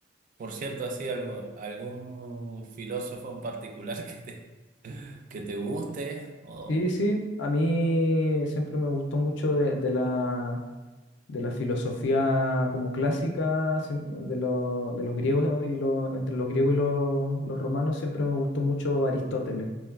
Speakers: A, on the right; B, on the left.
A: por cierto, así algo, algún filósofo en particular <laughs> que te, que te guste, o
B: Sí, sí, a mí siempre me gustó mucho de, de la... de la filosofía como clásica siem- de, lo- de los griegos y lo- entre los griegos y los, los romanos siempre me gustó mucho Aristóteles.